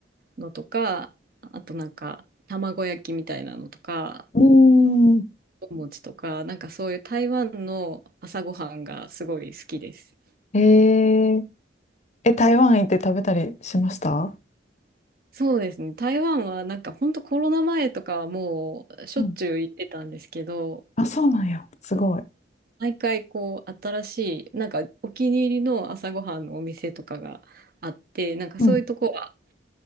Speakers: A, on the right (about 50°); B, on the left (about 35°).
A: のとか、あとなんか卵焼きみたいなのとか、
B: うーん。
A: お餅とか、なんかそういう台湾の朝ごはんがすごい好きです。
B: えー、え、台湾行って食べたりしました
A: そうですね。台湾はなんか本当コロナ前とかはもうしょっちゅう行ってたんですけど、
B: うんあ、そうなんや。すごい。
A: 毎回こう新しい、なんかお気に入りの朝ごはんのお店とかがあって、なんかそういうとこは、
B: うん。